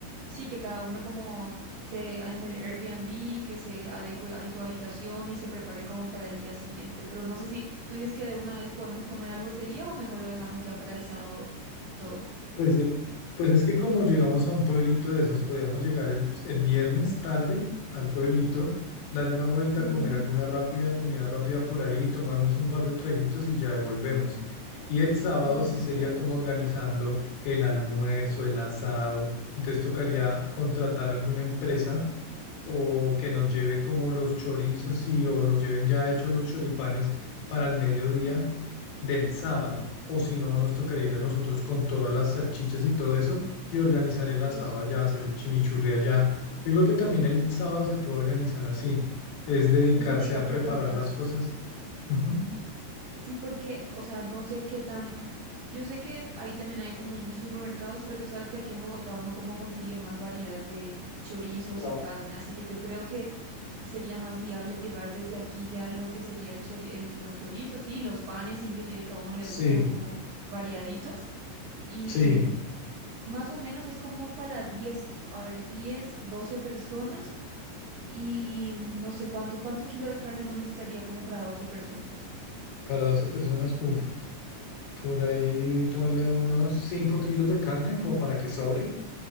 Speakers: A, on the right; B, on the left.
A: sí, que cada uno como se en el Airbnb, que se adecue en su habitación y se prepare como para el día siguiente, pero no sé si tú dices que de una vez podemos comer algo ese día o mejor lo dejamos ya para el sábado todo.
B: Pues es, pues es que como llegamos a un pueblito de esos, podíamos llegar el, el viernes tarde al pueblito, dar una vuelta,
A: Ujú.
B: comer alguna rápida, comida rápida por ahí, tomarnos un par de traguitos y ya devolvemos. Y el sábado
A: Listo,
B: sí sería
A: tragos.
B: como organizando el almuerzo, el asado. Entonces tocaría contratar alguna empresa o que nos lleve como los chorizos y o nos lleven ya hechos los choripanes para el mediodía del sábado. O si no, nos tocaría ir a nosotros con todas las salchichas y todo eso y organizar el asado
A: Eso,
B: allá, hacer el chimichurri allá. Yo creo que también el sábado se puede organizar así, es dedicarse
A: eso te iba
B: a
A: a
B: preparar
A: preguntar.
B: las cosas. Ujú.
A: Sí, porque, o sea, no sé qué tan... Yo sé que ahí también hay como muchos supermercados, pero tú sabes que aquí en Bogotá uno como consigue más variedad de chorizos
B: Claro.
A: y carne, así que yo creo que sería más viable llevar desde aquí ya lo que sería el chori- el- los chorizos y los panes, inclusive que a uno le
B: Sí,
A: gustan como variaditos. Y
B: sí,
A: mm, más o menos es como para 10, a ver, 10, 12 personas y mm, no sé cuánto, cuánto kilo de carne uno necesitaría como para 12 personas.
B: para 12 personas, uff, por ahí ponle unos 5 kilos de carne como para que sobre